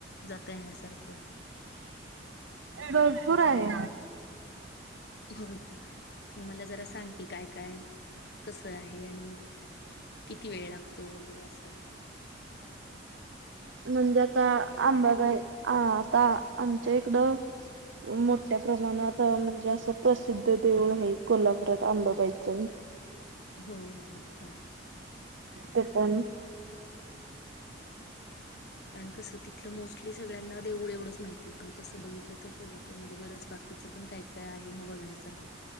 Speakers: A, on the left; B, on the right.
A: जाता येण्यासारखं
B: भरपूर आहे
A: होय का मग मला जरा सांग की काय काय कस आहे आणि किती वेळ लागतो गर असं
B: म्हणजे आता आंबागाय अ आता आमच्या इकडं मोठ्या प्रमाणात म्हणजे असं प्रसिद्ध देऊळ आहे कोल्हापुरात आंबाबाईचं
A: हो हो हा
B: पप्पांनी
A: कारण कसं तिथलं मोस्टली सगळ्यांना देवळ एवढंच माहिती होत पण तसं बघितलं तर कोल्हा मध्ये बरंच बाकीचं पण काय काय आहे ना बघण्याच